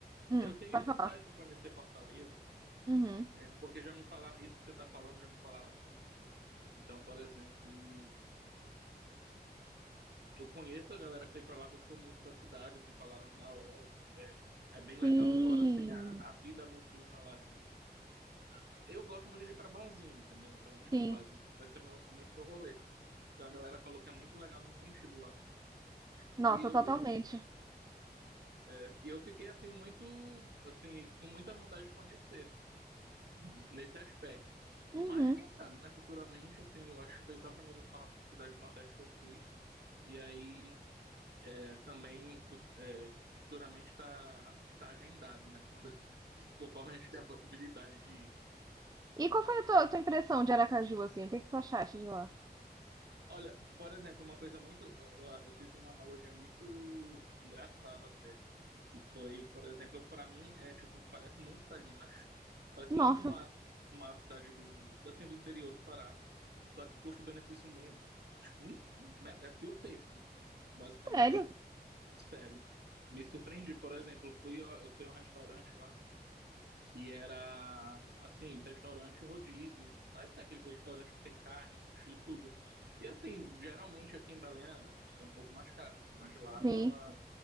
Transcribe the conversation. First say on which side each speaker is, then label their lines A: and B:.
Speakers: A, on the right; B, on the right.
A: Hum,
B: eu tenho
A: pode
B: vontade
A: falar.
B: de conhecer Fortaleza,
A: Uhum.
B: é, porque já me falaram, isso que você está falando, já me falaram muito. Então, por exemplo, eu conheço a galera que foi para lá, gostou muito da cidade, assim, falaram da orla, assim, que é, é bem legal.
A: Sim,
B: Fora, assim, a, a vida noturna lá, tipo, Eu gosto muito de ir pra barzinho, entendeu? Então, tipo,
A: sim.
B: barzinho, esse é, meu, é muito meu rolê. Então a galera falou que é muito legal nesse sentido lá.
A: Nossa,
B: E
A: totalmente.
B: eu, é, e eu fiquei assim muito, assim, com muita vontade de conhecer nesse aspecto.
A: Uhum.
B: Mas quem sabe, né, futuramente, assim, eu acho que foi só a primeira no- cidade do Nordeste que eu fui. E aí é, também fu- é, futuramente está tá tá agendado, né? Quando, <laughs> conforme a gente tem a possibilidade de ir.
A: E qual foi a tua, a tua impressão de Aracaju, assim? O que que tu achaste de lá?
B: Olha, por exemplo, uma coisa muito. Eu, eu fiz uma analogia muito engraçada até, que foi, por exemplo, pra mim é tipo, parece muito Salinas, parece
A: Nossa,
B: muito uma, uma cidade do, assim, do interior do Pará, só que custo-benefício muito. Tipo, um, merece o terço, basicamente.
A: sério?
B: Sério. Me surpreendi, por exemplo, fui, a- eu fui a um restaurante lá que era, assim, restaurante rodízio, mas assim, aqueles restaurantes que tem carne, sushi, tudo. E assim, geralmente aqui em Belém é um pouco mais caro, mas lá tava,
A: Sim.